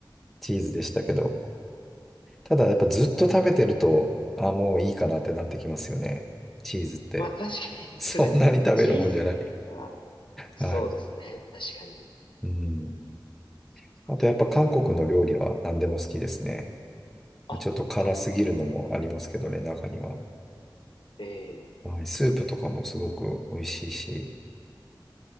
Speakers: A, in the centre; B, on the left (about 85°).
A: チーズでしたけど、
B: うーん、
A: ただやっぱずっと食べてると、あ、もういいかなってなってきますよね。
B: ええ、
A: チーズって。
B: まあ確かに、
A: <laughs> そんなに食べるもんじゃない。
B: <laughs> すいません。チーズは、そうですね。
A: はい。
B: 確かに。
A: うん。
B: 難しいです。
A: あとやっぱ韓国の料理は何でも好きですね。
B: あ、
A: まあちょっと辛すぎるのもありますけどね、
B: 韓国。
A: 中には。
B: ええ
A: はい。スープとかもすごく美味しいし、